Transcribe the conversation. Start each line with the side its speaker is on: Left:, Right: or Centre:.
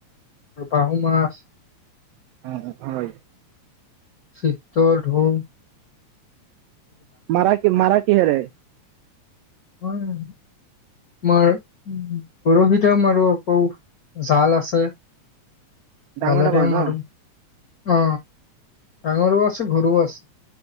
Left: বাহু মাছ
Right: অ হয়
Left: <unintelligible> তৰ ধোম
Right: মাৰা মাৰা কিহেৰে
Left: আমাৰ বৰশিতে মাৰো আকৌ জাল আছে
Right: ডাঙৰ
Left: জালেৰেও
Right: ডাঙৰ
Left: মাৰো
Right: ন
Left: অ ডাঙৰো আছে সৰু আছে